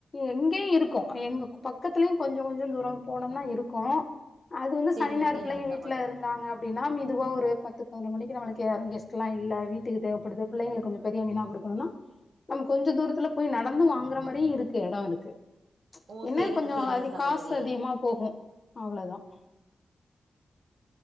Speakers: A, on the left; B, on the right.
A: எங்கேயும் இருக்கும் எங்க பக்கத்துலயும் கொஞ்சம் கொஞ்சம் தூரம் போனோம்னா இருக்கும் அது வந்து
B: சேரிங்க
A: சனி ஞாயறு
B: சேரிங்க
A: பிள்ளைங்க வீட்ல
B: சகோதரி
A: இருந்தாங்க அப்டின்னா மிதுவா ஒரு பத்து பதினொரு மணிக்கு நம்ளுக்கு யாரு கெஸ்ட் லாம் இல்ல வீட்டுக்கு தேவைப்படுது பிள்ளைங்களுக்கு கொஞ்சம் பெரிய மீனா குடுக்கணும்னா நம்ம கொஞ்சோ தூரத்துல போய் நடந்து வாங்கற மாரியும் இருக்கு இடம் இருக்கு
B: ஓ
A: என்ன
B: சேரிங்க
A: கொஞ்சம்
B: சேரிங்க
A: அது
B: சகோதரி
A: காசு அதிகமா போகும் அவ்ளோதான்